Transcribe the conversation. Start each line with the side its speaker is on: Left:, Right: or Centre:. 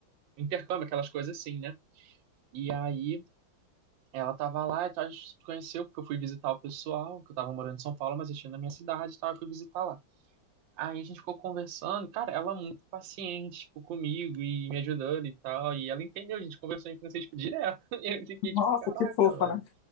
Right: intercâmbio, aquelas coisas assim, né? E aí ela tava lá, e tal, a gente se conheceu, porque eu fui visitar o pessoal, que eu tava morando em São Paulo, mas eu tinha na minha cidade e tal, eu fui visitar lá. Aí a gente ficou conversando, cara, ela é muito paciente, tipo, comigo e me ajudando e tal, e ela entendeu, a gente conversou em francês, tipo, direto, <laughs> e eu fiquei,
Left: Nossa,
Right: tipo, caraca,
Left: que fofa,
Right: velho.
Left: né?